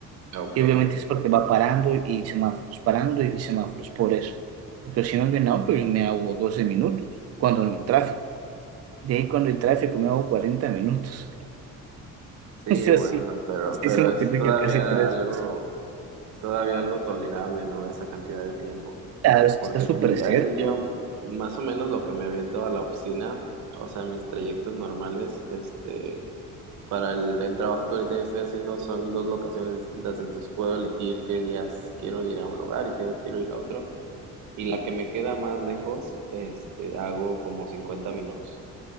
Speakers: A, on the right; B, on the right.
A: okay
B: Y obviamente es porque va parando y semáforos, parando y semáforos, por eso. Porque si no es bien auto, yo me hago 12 minutos, cuando no hay tráfico. De ahí cuando hay tráfico me hago 40 minutos. <laughs>
A: sí,
B: O sea,
A: bueno,
B: sí,
A: pero,
B: sí
A: pero
B: se multiplica
A: es todavía
B: casi tres.
A: algo,
B: veces.
A: es todavía algo tolerable, ¿no? Esa cantidad de tiempo.
B: Ah, es que
A: Porque
B: está súper
A: aquí,
B: cerca.
A: aquí yo, más o menos lo que me aviento a la oficina, o sea, mis trayectos normales, este, para el, el trabajo que ahorita yo estoy haciendo son dos locaciones distintas, entonces puedo elegir qué días quiero ir a un lugar y qué días quiero ir a otro. Y la que me queda más lejos, este, hago como 50 minutos.